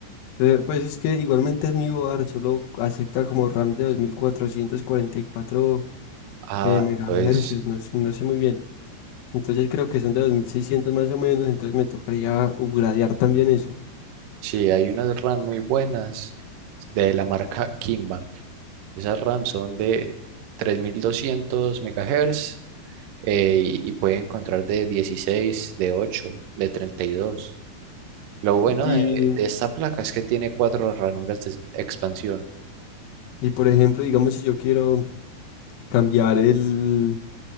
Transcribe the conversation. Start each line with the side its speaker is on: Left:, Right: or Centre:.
Left: eh, pues es que igualmente mi board solo acepta como RAM de 2444
Right: Ah,
Left: eh, megahercios,
Right: entonces
Left: no, s- no sé muy bien. Entonces creo que son de 2600 más o menos, entonces me tocaría upgradear también eso.
Right: Sí, hay unas RAM muy buenas de la marca Kimbank. Esas RAM son de 3200 MHz y, y puede encontrar de 16, de 8, de 32. Lo bueno
Left: Y,
Right: de, de esta placa es que tiene cuatro ranuras de expansión.
Left: y por ejemplo, digamos si yo quiero cambiar el,